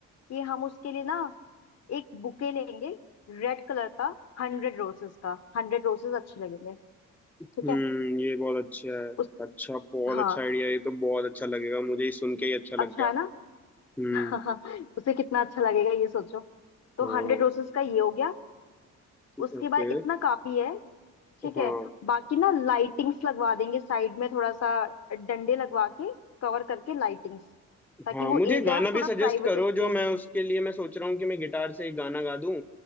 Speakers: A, on the left (about 55°); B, in the centre.
A: कि हम उसके लिए ना एक बुके लेंगे रेड कलर का हंड्रेड रोसेस का हंड्रेड रोसेस अच्छे लगेंगे
B: हम्म
A: ठीक है
B: ये बहुत अच्छा है
A: उस
B: अच्छा बहुत
A: हाँ
B: अच्छा आइडिया ये तो बहुत अच्छा लगेगा मुझे ही सुन के ही अच्छा लग
A: अच्छा
B: गया
A: है ना
B: हम्म
A: <laughs> उसे कितना अच्छा लगेगा ये सोचो तो
B: हाँ
A: हंड्रेड रोसेस का ये हो गया उसके
B: ओके
A: बाद इतना काफी है ठीक
B: हाँ
A: है बाकी ना लाइटिंग्स लगवा देंगे साइड में थोड़ा सा डंडे लगवा के कवर करके लाइटिंग्स ताकि
B: हाँ
A: वो
B: मुझे
A: एरिया
B: गाना
A: ना थोड़ा
B: भी सजेस्ट
A: प्राइवेट
B: करो
A: स्पेस
B: जो मैं उसके लिए मैं सोच रहा हूँ कि मैं गिटार से एक गाना गा दूँ